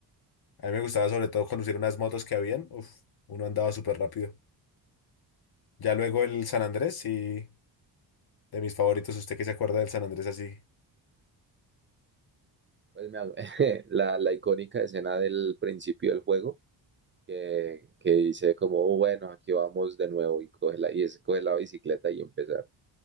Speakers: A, on the left; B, on the right.
A: A mí me gustaba sobre todo conducir unas motos que habían. Uf, uno andaba súper rápido. Ya luego el San Andrés, sí, de mis favoritos. ¿Usted qué se acuerda del San Andrés así?
B: Pues me, <laughs> la, la icónica escena del principio del juego que, que dice como, "Oh, bueno, aquí vamos de nuevo y coge la, y es coge la bicicleta y empezar.